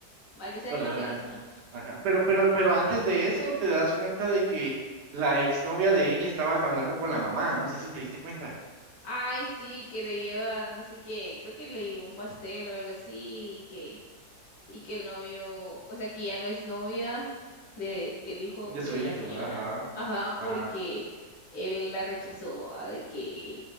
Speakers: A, on the left (about 65°); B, on the right (about 80°).
A: va, que sean
B: Bueno,
A: novios,
B: ajá,
A: va.
B: ajá. Pero, pero, pero antes de eso te das cuenta de que la exnovia de él estaba hablando con la mamá, no sé si te diste cuenta,
A: Ay, sí, que le lleva, no sé qué, creo que le llevó un pastel o algo así, y que, y que el novio, o sea, que ya no es novia de el hijo
B: de su
A: de
B: hijo,
A: la señora,
B: ajá,
A: ajá,
B: ajá,
A: porque él la rechazó, va, de que